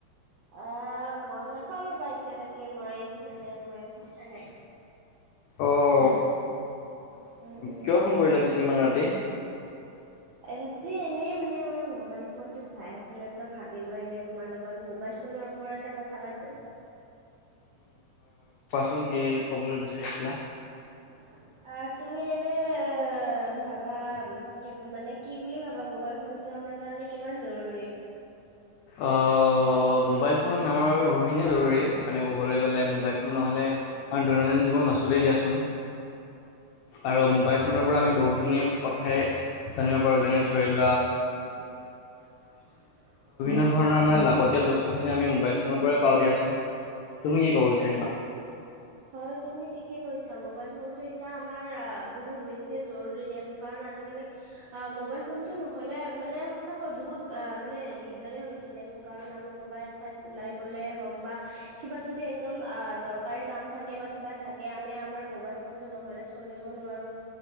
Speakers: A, on the right (about 80°); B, on the left (about 85°).
A: অহ গম নাপাওঁ ৰবা এতিয়ালৈকে মই মানে মই সোধা নাই
B: অহ
A: উম,
B: কিয় ফোন কৰিলা পিছে ইমান ৰাতি
A: আনিতো এনেই মানে মই মোবাইল ফোন টো চাই আছিল তো ভাবিলো এনে তোমাৰ লগত মবাইল চুনৰ ওপৰত এটা কথা পাতো
B: কোন কে ক'বলৈ বিচাৰিছিলা
A: হয় অ তুমি এনে অ ভাবা কি মানে কি বুলি ভাবা মোবাইল ফোনটো আমাৰ কাৰণে কিমান জৰুৰী
B: অঅ মোবাইল ফোন আমাৰ বাবে বহুখিনিয়ে জৰুৰী মানে ক'বলে গ'লে মোবাইল ফোন নহ'লে অ দৈনন্দিন জীৱন নচলেই দিয়াচোন আৰু
A: হয়
B: মোবাইল ফোনৰ পৰা আমি বহুখিনি কথাই জানিব পাৰো যেনে ধৰি ল
A: হ <unintelligible>
B: তেনে ধৰণৰ আমাৰ লাগতিয়াল বস্তুখিনি আমি মোবাইল ফনৰ পৰাই পাও দিয়াচোন তুমি কি ক'ব বিচাৰিবা
A: হয় তুমি ঠিকে কৈছ ছা মবাইল ফোনটো এতিয়া আমাৰ বহুত বেছি জৰুৰী দিয়াচোন কাৰণ আজিকালি মবাইল ফোন টো নহলে মানে সঁচাকৈ বহুত অ মানে দিগদাৰে হৈছে দিয়াচোন কাৰণ আমি কবা এঠাত ওলাই গ'লে হওক বা কিবা যদি একদম আ দৰকাৰে কাম থাকে বা কিবা থাকে আমি আমাৰ মোবাইল ফোন টো নহলে চলিব নোৱাৰো